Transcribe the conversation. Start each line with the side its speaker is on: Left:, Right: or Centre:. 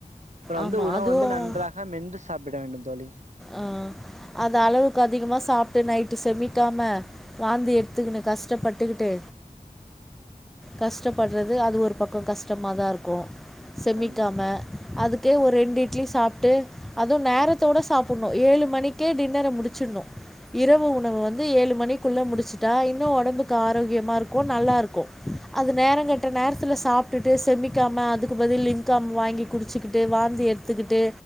Right: அப்றோ
Centre: ஆமா
Right: வந்து உணவு
Centre: அதுவும்
Right: வந்து நன்றாக மென்று சாப்பிட வேண்டும் தோழி
Centre: ஆஹ் அது அளவுக்கு அதிகமா சாப்ட்டு நைட்டு செமிக்காம வாந்தி எடுத்துக்குணு கஷ்டப்பட்டுக்கிட்டு கஷ்டப்பட்றது அது ஒரு பக்கோ கஷ்டமா தா இருக்கு செமிக்காம
Right: கண்டிப்பா
Centre: அதுக்கே ஒ ரெண்டு இட்லி சாப்ட்டு அதுவு நேரத்தோட சாப் உன்னு ஏழு மணிக்கே டின்னர முடிச்சிட்ணு இரவு உணவு வந்து ஏழு மணிக்குள்ள முடிச்சுட்டா இன்னு ஒடம்புக்காரோக்யமா இருக்கு நல்லாருக்கு அது நேரங் கெட்ட நேரத்துல சாப்டுட்டு செமிக்காம அதுக்கு பதில் லிங்காம் வாங்கி குடிச்சுக்குட்டு வாந்தி எட்த்துக்குட்டு